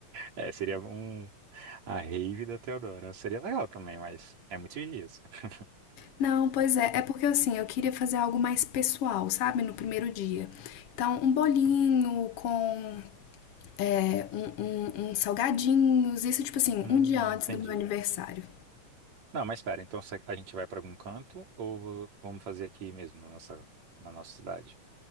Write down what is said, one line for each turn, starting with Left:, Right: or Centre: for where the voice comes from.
Right: É, seria um. A rave da Teodora. Seria legal também, mas é muitos dias. <laughs>
Left: Não, pois é. É porque assim, eu queria fazer algo mais pessoal, sabe? No primeiro dia. Então, um bolinho com é, um, um- uns salgadinhos, isso tipo assim,
Right: Hum,
Left: um dia antes
Right: entendi.
Left: do meu aniversário.
Right: Não, mas espera, então se- a gente vai para algum canto ou vamos fazer aqui mesmo na nossa, na nossa cidade?